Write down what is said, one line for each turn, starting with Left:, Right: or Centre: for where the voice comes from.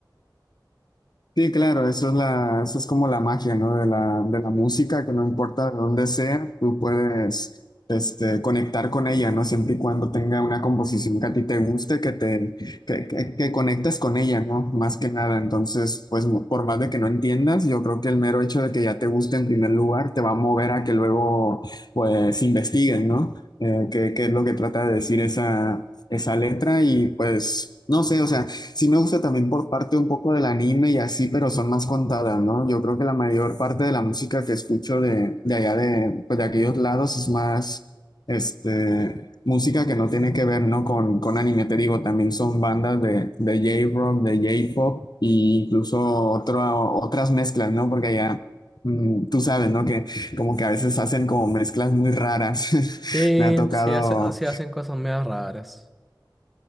Left: Sí, claro, eso es la, eso es como la magia, ¿no? De la, de la música, que no importa de dónde sea, tú puedes, este, conectar con ella, ¿no? Siempre y cuando tenga una composición que a ti te guste, que te, que, que, que conectes con ella, ¿no? Más que nada. Entonces, pues, por más de que no entiendas, yo creo que el mero hecho de que ya te guste en primer lugar te va a mover a que luego, pues, investiguen, ¿no? Eh, qué, qué es lo que trata de decir esa, esa letra y, pues, no sé, o sea. Sí me gusta también por parte un poco del anime y así, pero son más contadas, ¿no? Yo creo que la mayor parte de la música que escucho de, de allá de, pues, de aquellos lados es más, este, música que no tiene que ver, ¿no? Con, con anime, te digo, también son bandas de, de J-Rock, de J-Pop e incluso otro, otras mezclas, ¿no? Porque allá, mm, tú sabes, ¿no? Que como que a veces hacen como mezclas muy raras. <laughs>
Centre: Sí,
Left: Me ha tocado...
Centre: sí, hace- sí hacen cosas medio raras.